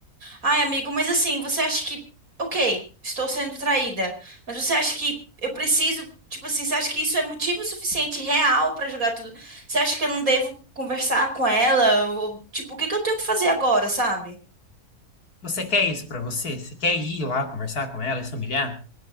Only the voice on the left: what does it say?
você quer isso pra você? Você quer ir lá conversar com ela e se humilhar?